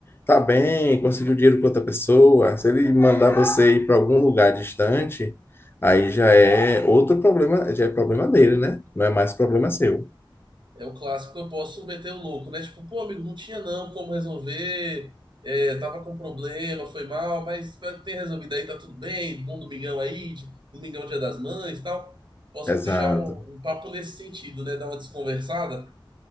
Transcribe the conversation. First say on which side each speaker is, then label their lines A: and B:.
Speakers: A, on the left (about 25°); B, on the right (about 65°).
A: Tá bem, conseguiu dinheiro com outra pessoa. Se ele mandar você ir para algum lugar distante, aí já é outro problema, já é problema dele, né? Não é mais problema seu.
B: É o clássico, eu posso meter o louco, né? Tipo, pô, amigo, não tinha não como resolver, é, tava com problema, foi mal, mas espero que tenha resolvido aí, tá tudo bem, bom domingão aí, de- domingão Dia das Mães e tal. Posso
A: Exato.
B: puxar um, um papo nesse sentido, né? Dar uma desconversada?